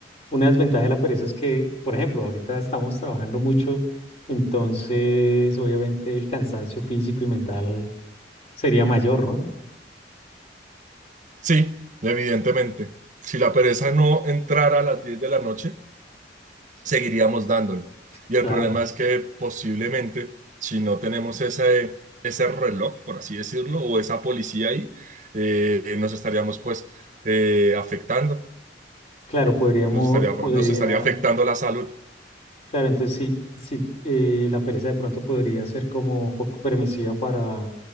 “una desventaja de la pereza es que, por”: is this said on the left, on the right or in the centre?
Left